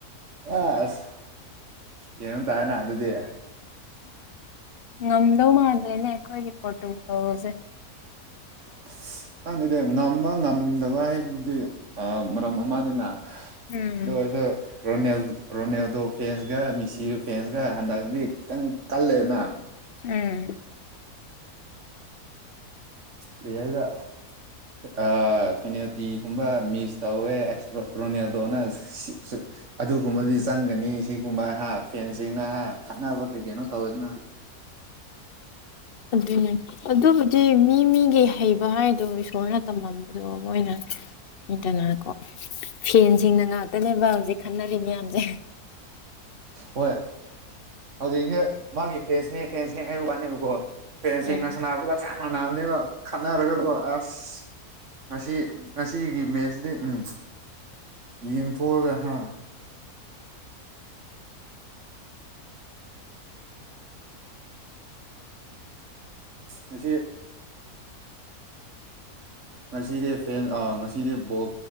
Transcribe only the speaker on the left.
ꯉꯝꯗꯧ ꯃꯥꯥꯟꯗ꯭ꯔꯦꯅꯦ ꯑꯩꯈꯣꯏꯒꯤ ꯄꯣꯔꯇꯨꯒꯜꯁꯦ
ꯎꯝ
ꯐꯦꯜ
ꯑꯗꯨꯅꯦ ꯑꯗꯨꯕꯨꯗꯤ ꯃꯤ ꯃꯤꯒꯤ ꯍꯩꯕ ꯍꯥꯏꯗꯣ ꯏꯁꯣꯔꯅ ꯇꯝꯃꯝꯕꯗꯣ ꯃꯣꯏꯅ ꯏꯗꯅꯀꯣ ꯐꯦꯟꯁꯤꯡꯅ ꯉꯥꯛꯇꯅꯦꯕ ꯍꯧꯖꯤꯛ ꯈꯟꯅꯔꯤ ꯃꯌꯥꯝꯁꯦ
ꯎꯝ